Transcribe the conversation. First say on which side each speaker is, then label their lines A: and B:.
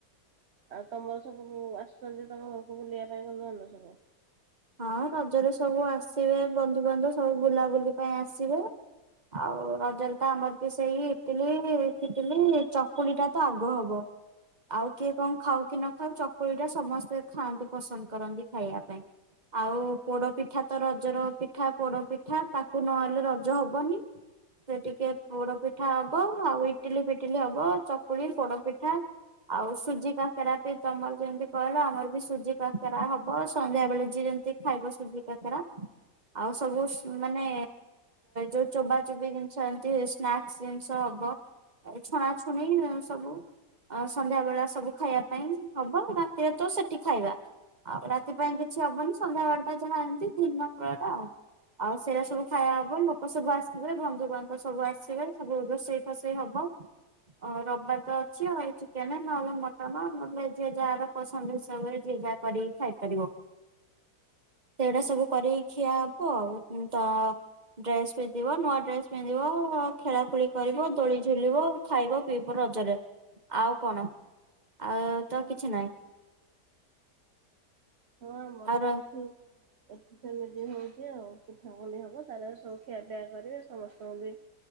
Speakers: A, on the right; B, on the right.
A: ଆଉ ତମର ସବୁ ଆସୁଛନ୍ତି ତମ ଘରକୁ ବୁଲିବା ପାଇଁ ବନ୍ଧୁବାନ୍ଧବ ସବୁ?
B: ହଁ ରଜରେ ସବୁ ଆସିବେ ବନ୍ଧୁବାନ୍ଧବ ସବୁ ବୁଲାବୁଲି ପାଇଁ ଆସିବେ। ଆଉ ରଜଲ ତ ଆମର ସେଇ ଇଟିଲି ଫିଟିଲି ଚକୁଳି ଟା ତ ଆଗ ହବ। ଆଉ କିଏ କଣ ଖାଉ କି ନ ଖାଉ ଚକୁଳି ଟା ସମସ୍ତେ ଖାଆନ୍ତି ପସନ୍ଦ କରନ୍ତି ଖାଇବା ପାଇଁ। ଆଉ ପୋଡ଼ ପିଠା ତ ରଜର ପିଠା ପୋଡ଼ ପିଠା ତାକୁ ନହଲେ ରଜ ହବନି। ସେ ଟିକେ ପୋଡ଼ ପିଠା ହବ ଆଉ ଇଟିଲି ଫିଟିଲି ହବ ଚକୁଳି ପୋଡ଼ ପିଠା। ଆଉ ସୁଜି କାକରା ବି ତମର ଯେମିତି କହିଲ ଆମର ବି ସୁଜି କାକରା ହବ ସନ୍ଧ୍ୟାବେଳେ ଯିଏ ଯେମତି ଖାଇବ ସୁଜି କାକରା ଆଉ ସବୁ ମାନେ ଯୋଉ ଚୋବା ଚୋବି ଜିନିଷ ଏମିତି ସ୍ନାକ୍ସ ଜିନିଷ ହବ। ଆଉ ଛଣା ଛୁଣି ସବୁ ଆ ସନ୍ଧ୍ୟା ବେଳା ସବୁ ଖାଇବା ପାଇଁ ହବ ରାତିରେ ତ ସେଠି ଖାଇବା। ଆଉ ରାତି ପାଇଁ କିଛି ହବନି ସନ୍ଧ୍ୟା ବେଳେ ପାଇଁ ଯାହା ଏମିତି ଦିନ କଳଟା ଆଉ। ଆଉ ସେଇଟା ସବୁ ଖାଇବା ହବ ଲୋକ ସବୁ ଆସିବେ ବନ୍ଧୁବାନ୍ଧ ସବୁ ଆସିବେ ସବୁ ରୋଷେଇ ରୋଷେଇ ହବ। ଆଉ ରବିବାର ତ ଅଛି ଚିକେନ୍ ନହେଲେ ମଟନ୍ ନହେଲେ ଯିଏ ଯାହାର ପସନ୍ଦ ହିସାବରେ ଯିଏ ଯାହା କରିି ଖାଇପାରିବ। ଏଇଟା ସବୁ କରି ଖିଆ ହବ ଆଉ ଡ୍ରେସ୍ ପିନ୍ଧିବ ନୂଆ ଡ୍ରେସ୍ ପିନ୍ଧିବ ଖେଳାଖେଳି କରିବ ଦୋଳି ଝୁଲିବ। ଖାଇବା ପିଇବ ରଜରେ ଆଉ କଣ ଆଉ ତ
A: ହଁ।
B: କିଛି ନାହିଁ।
A: ହଁ ଆମର
B: ଆଉ ର
A: ବି ଏଠି। ଏତି ସେମିତି ହଉଛି ଆଉ ପିଠା ପନି ହବ ତାର ସବୁ ଖିଆପିଆ କରିବେ ସମସ୍ତଙ୍କୁ ବି <inaudible>